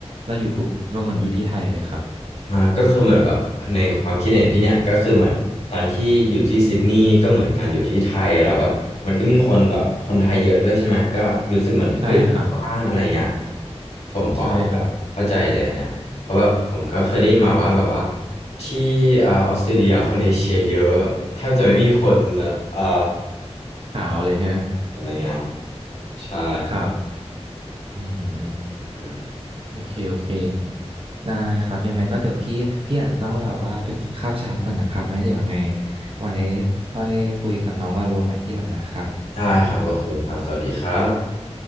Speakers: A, on the right; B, on the left.
A: เราอยู่ปุ๊บเราเหมือนอยู่ที่ไทยเลยครับ
B: อ่าก็คือเหมือนแบบในความคิดเห็นพี่เนี่ยก็คือเหมือนตอนที่อยู่ที่ซิดนีย์ก็เหมือนกันอยู่ที่ไทยแล้วแบบมันก็มีคนแบบคนไทยเยอะด้วยใช่ไหมก็รู้สึกเหมือนเอ้ยบ้านอะไรเงี้ย
A: ใช่ครับ
B: ผมมพอเข้าใจเข้าใจเลยอันเนี้ยเพราะแบบผมก็เคยได้ยินมาว่าแบบว่า
A: ใช่ครับ
B: ที่เอ่อออสเตรเลียคนเอเชียเยอะแบบแทบจะไม่มีคนเอ่อ
A: ขาวเลยใช่ไหม
B: อะไรเงี้ยใช่
A: ครับอืมอืม
B: อืม
A: โอเคโอเคได้ครับยังไงก็เดี๋ยวพี่พี่อาจจะต้องแบบว่าไปกินข้าวเช้าก่อนนะครับไว้เดี๋ยวยังไงไว้ค่อยคุยกับน้องว่าโลใหม่ที่หลังนะครับ
B: ได้ครับโอเคครับสวัสดีครับ